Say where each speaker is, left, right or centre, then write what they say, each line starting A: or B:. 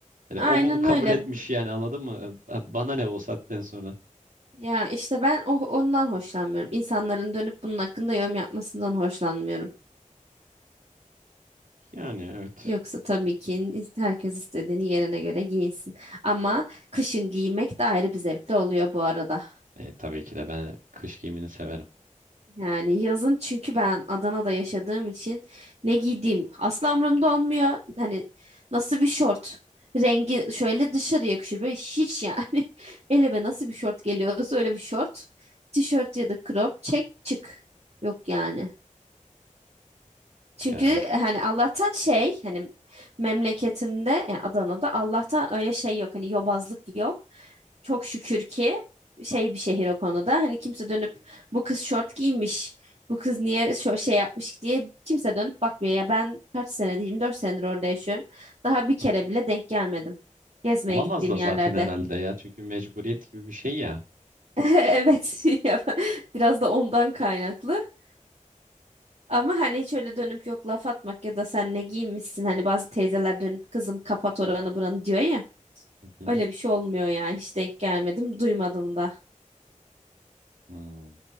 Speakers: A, on the right; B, on the right.
A: Yani
B: Aynen
A: o bunu kabul
B: öyle
A: etmiş yani anladın mı? E, Bana ne o saatten sonra?
B: ya işte ben o, ondan hoşlanmıyorum İnsanların dönüp bunun hakkında yorum yapmasından hoşlanmıyorum.
A: Yani evet.
B: Yoksa tabii ki herkes istediğini yerine göre giyinsin. Ama kışın giymek de ayrı bir zevkli oluyor bu arada.
A: E, tabii ki de ben kış giyimini severim.
B: Yani yazın çünkü ben Adana'da yaşadığım için ne giydiğim asla umurumda olmuyor. Hani nasıl bir şort rengi şöyle dışarı yakışır böyle hiç yani <laughs> elime nasıl bir şort geliyorsa öyle bir şort tişört ya da crop çek çık yok yani. Çünkü
A: Ya
B: e,
A: evet.
B: hani Allah'tan şey hani memleketimde yani Adana'da Allah'tan öyle şey yok hani yobazlık yok. Çok şükür ki şey bir şehir o konuda. Hani kimse dönüp bu kız şort giymiş. Bu kız niye şu şey yapmış diye kimse dönüp bakmıyor. Ya ben kaç senedir 24 senedir orada yaşıyorum. Daha bir kere bile denk gelmedim. Gezmeye
A: Olamaz
B: gittiğim
A: da
B: yerlerde.
A: zaten herhalde ya. Çünkü mecburiyet gibi bir şey ya.
B: <laughs> Evet. <laughs> Ya, Biraz da ondan kaynaklı. Ama hani hiç öyle dönüp yok laf atmak ya da sen ne giymişsin hani bazı teyzeler dönüp kızım kapat oranı buranı diyor ya.
A: Hı hı.
B: Öyle bir şey olmuyor ya hiç denk gelmedim duymadım da.
A: Hmm.